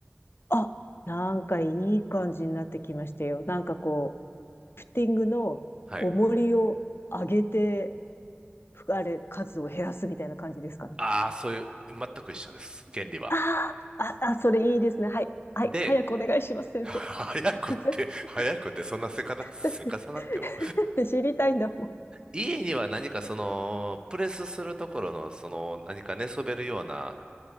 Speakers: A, on the left; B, on the right.
A: あ、なんかいい感じになってきましたよ。なんかこう、リフティングの重りを上げて、
B: はい。
A: ふあれ、数を減らすみたいな感じですかね。
B: ああ、そういう、全く一緒です。原理は。
A: ああ、あ、あ、それいいですね。はい。はい。
B: で、
A: 早くお願いします、
B: <laughs>
A: 先生。
B: 早くって、
A: <laughs>
B: 早くって、そんなせかな、せかさなくても。
A: だって、だって知りたいんだもん。
B: 家には何かその、プレスするところの、その、何か寝そべるような、